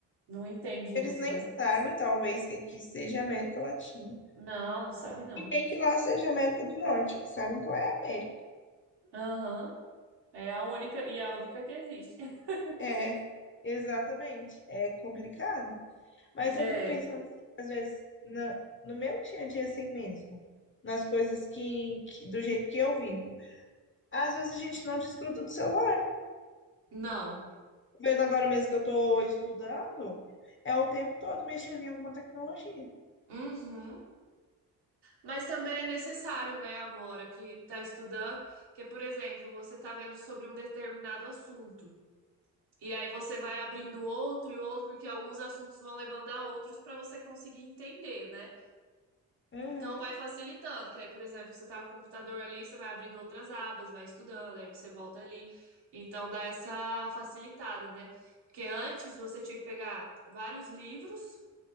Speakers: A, on the right (about 65°); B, on the left (about 25°).
A: não entende
B: eles
A: isso,
B: nem
A: né?
B: sabem, talvez, que aqui seja América Latina.
A: Não, não sabe não.
B: E nem que lá seja América do Norte. Eles Sabem que lá é América.
A: Aham. É a única, e é a única que existe. <laughs>
B: É, exatamente. É complicado. Mas
A: É,
B: eu fico pensando, às vezes, na, no meu dia a dia assim mesmo. Nas coisas que, que- do jeito que eu vivo. Às vezes a gente não desgruda do celular.
A: não.
B: vendo agora mesmo que eu estou estudando, é o tempo todo mexendo em alguma tecnologia.
A: Uhum. Mas também é necessário, né, agora que tá estudando, que, por exemplo, você tá vendo sobre um determinado assunto. E aí você vai abrindo outro e outro, porque alguns assuntos vão levando a outros para você conseguir entender, né?
B: Uhum,
A: Então vai facilitando, que aí, por exemplo, você tá com o computador ali, você vai abrindo outras abas, vai estudando, aí você volta ali. Então dá essa facilitada, né? Porque antes você tinha que pegar vários livros